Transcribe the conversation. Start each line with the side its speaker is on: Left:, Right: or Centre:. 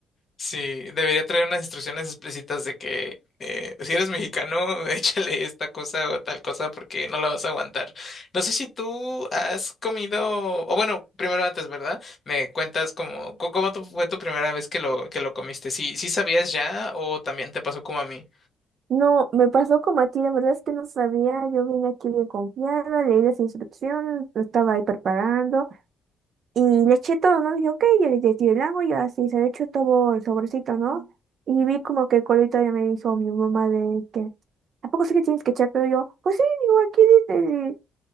Left: Sí, debería traer unas instrucciones explícitas de que eh, si eres mexicano, <laughs> échale esta cosa o tal cosa porque no la vas a aguantar. No sé si tú has comido, o bueno, primero antes, ¿verdad? Me cuentas cómo, co- cómo tu- fue tu primera vez que lo, que lo comiste. ¿Sí, sí sabías ya o también te pasó como a mí?
Right: No, me pasó como a ti, la verdad es que no sabía, yo vine aquí bien confiada, leí las instrucciones, lo estaba ahí preparando Y le eché todo, ¿no? Y Dije, ok, yo le eché el agua y así se le echó todo el sobrecito, ¿no? Y vi como que el colito ya me dijo mi mamá de que, ¿a poco sí le tienes que echar todo? Y yo, pues sí, digo, aquí dice.